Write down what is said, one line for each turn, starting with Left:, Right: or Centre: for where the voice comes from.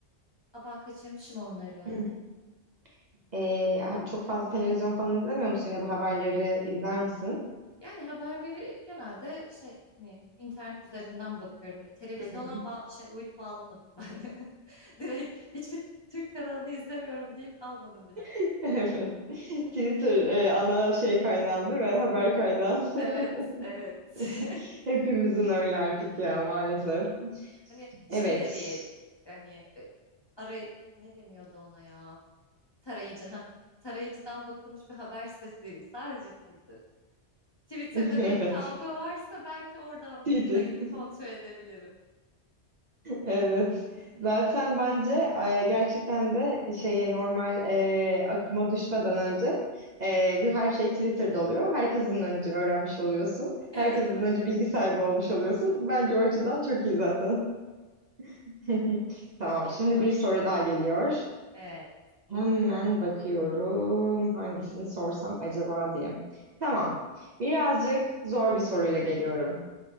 Left: Aa, ben kaçırmışım onları.
Right: <clears throat> E, çok fazla televizyon falan izlemiyor musun ya da haberleri izler misin?
Left: Yani haberleri genelde şey hani internet üzerinden bakıyorum. Televizyona
Right: Hı hı.
Left: ba- şey uydu bağlamadım ben. <laughs> Direkt hiçbir Türk kanalını izlemiyorum deyip almadım bile.
Right: <laughs> Evet. Twitter e, ana şey kaynağın değil mi? Haber kaynağın. <laughs>
Left: Evet, evet.
Right: <laughs> Hepimizin öyle artık ya maalesef.
Left: <laughs> Hani şey
Right: Evet.
Left: de değil. Hani e, aray ne deniyordu ona ya? Tarayıcı ha. Tarayıcıdan bakılmış bir haber sitesi değil. Sadece Twitter. Twitter'da
Right: <laughs> Evet.
Left: bir kavga varsa belki oradan
Right: Titi.
Left: Google'a gidip kontrol edebilirim.
Right: Evet. Zaten bence e, gerçekten de şeye normal e, akıma düşmeden önce e, bir her şey Twitter'da oluyor. Herkesten önce öğrenmiş oluyorsun.
Left: <laughs> Evet
Right: Herkesten
Left: evet.
Right: önce bilgi sahibi olmuş oluyorsun. Bence o açıdan çok iyi zaten. <laughs>
Left: Twitter
Right: Tamam,
Left: iki
Right: şimdi
Left: var.
Right: bir soru daha geliyor.
Left: Evet.
Right: Hemen bakıyorum hangisini sorsam acaba diye. Tamam. Birazcık zor bir soruyla geliyorum.